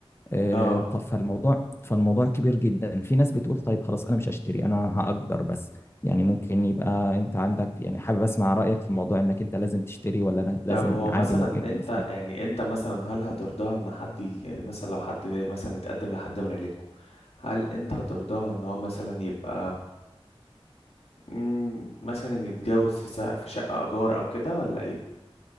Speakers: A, on the left; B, on the left.
A: آه،
B: اه
A: طب فالموضوع فالموضوع كبير جدا في ناس بتقول طيب خلاص انا مش هشتري انا هأجر بس يعني ممكن يبقى انت عندك يعني حابب اسمع رأيك في موضوع انك انت لازم تشتري ولا أنا لازم
B: طب هو
A: عادي
B: مثلا
A: ممكن
B: انت
A: بالنسبة
B: يعني
A: لك
B: انت مثلا هل هترضاها ان حد ي- يعني مثلا لو حد جاي مثلا يتقدم لحد من عيلتكم هل انت هترضاها ان هو مثلا يبقى مم، مثلا يتجوز في سق- في شقه ايجار او كده ولا ايه